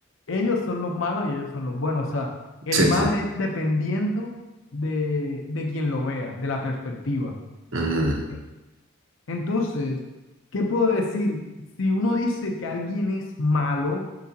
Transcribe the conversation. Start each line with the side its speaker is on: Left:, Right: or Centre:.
Left: ellos son los malos y ellos son los buenos. O sea, el
Right: sí,
Left: mal
Right: sí.
Left: es dependiendo de, de quien lo vea, de la perspectiva.
Right: Ujú,
Left: E- Entonces, ¿qué puedo decir? Si uno dice que alguien es malo,